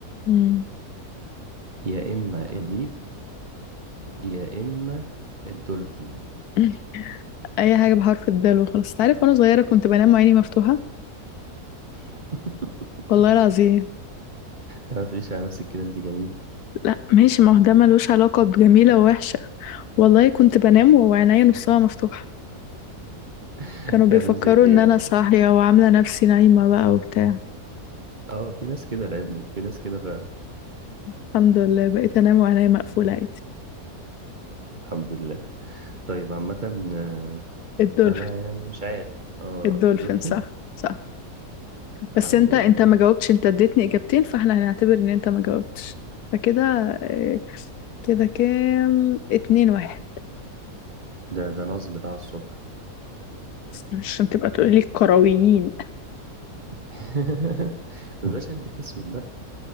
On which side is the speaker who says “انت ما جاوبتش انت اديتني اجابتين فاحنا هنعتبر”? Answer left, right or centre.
Left